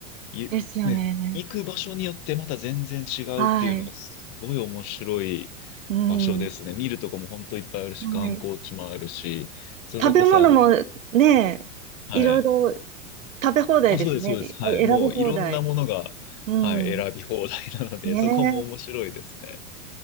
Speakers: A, on the left; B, on the right.
A: い、
B: ですよね。
A: ね、行く場所によってまた全然違うっていうのがすごい面白い
B: はい。うん。
A: 場所ですね。見るとこも本当いっぱいあるし、観光地もあるし、
B: はい。
A: それこそあの、
B: 食べ物もね、
A: はい。
B: いろいろ食べ放題ですね。
A: あ、そうです、そうです。はい。
B: あ選び放題。
A: もういろんなものが、
B: うん。
A: はい、選び放題なので、
B: ねえ、
A: そこも面白いですね。